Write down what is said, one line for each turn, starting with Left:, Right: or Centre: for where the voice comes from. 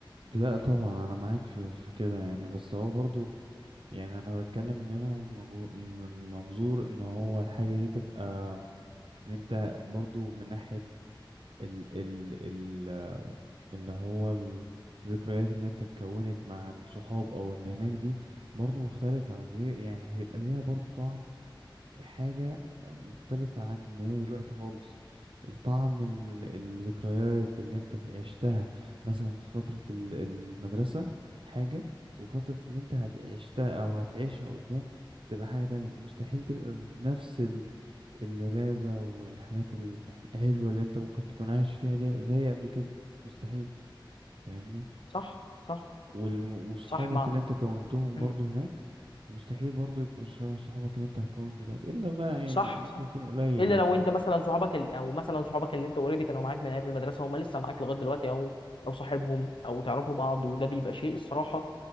Right: لا طبعا انا معاك في, في كده يعني بس هو برضو يعني انا بتكلم منها من, مجو... من منظور ان هو الحاجة دي تبقى ان انت برضو من ناحية ال ال ال آه، اللي هو الذكريات اللي انت اتكونت مع الصحاب او اللي هناك دي برضو مختلفة غير يعني هيبقى ليها برضو طعم حاجة مختلفة عن هي دلوقتي خالص الطعم ال- الذكريات اللي انت عشتها مثلا في فترة ال- المدرسة حاجة وفترة اللي انت هتعشتها او هتعيشها قدام تبقى حاجة تانية مستحيل تبقى بنفس ال- اللذاذة والحاجات الحلوة اللي انت ممكن تكون عايش فيها دي زي قبل كده مستحيل فاهمني
Left: صح صح
Right: وال- وصحابك
Left: صح مع
Right: اللي انت كونتهم
Left: مم.
Right: برضو هناك مستحيل برضو يبقوا شبه صحابك اللي انت هتكون دلوقتي الا بقى يعني
Left: صح
Right: ممكن
Left: صح
Right: يكون قليل
Left: الا
Right: يعني
Left: لو
Right: فاهم
Left: انت مثلا صحابك ال... او مثلا صحابك اللي انت اوريدي كانوا معاك من ايام المدرسه هم لسه معاك لغايه دلوقتي او او صاحبهم او تعرفوا بعض وده بيبقى شيء الصراحه